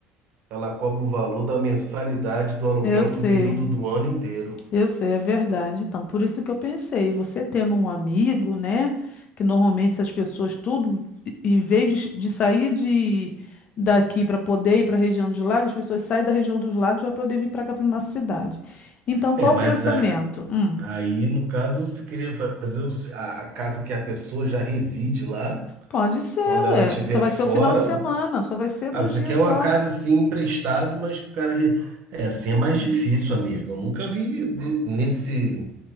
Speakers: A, on the right (about 50°); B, on the left (about 35°).
A: ela cobra o valor da mensalidade do aluguel
B: eu sei.
A: do período do ano inteiro.
B: Eu sei, é verdade. Então, por isso que eu pensei, você tendo um amigo, né? Que normalmente essas pessoas tudo, e- em vez de, de sair de daqui para poder ir para a região dos lagos, as pessoas saem da região dos lagos para poder vir para cá para nossa cidade. Então,
A: É,
B: qual
A: mas
B: o pensamento?
A: a-
B: Hum,
A: aí, no caso, você queria fazer o se- a, a casa que a pessoa já reside lá,
B: pode ser,
A: quando
B: ué.
A: ela estiver
B: Só vai
A: fora.
B: ser o final de semana, só vai ser
A: Ah,
B: dois
A: você
B: dias
A: quer
B: só.
A: uma casa assim emprestado, mas que o cara. re- É, assim é mais difícil, amigo. Eu nunca vi de- nesse.